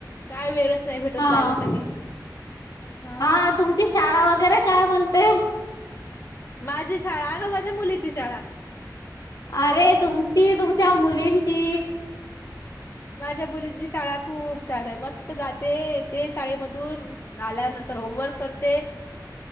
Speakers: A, on the left; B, on the left.
A: काय वेळच नाही भेटत
B: हा
A: जाायला कधी म
B: हा तुमची शाळा वगैरे काय म्हणते
A: माझी शाळा का माझ्या मुलीची शाळा
B: अरे तुमची तुमच्या मुलींची
A: माझ्या मुलीची शाळा खूप छान आहे मस्त जाते ते शाळेमधून आल्या नंतर होमवर्क करते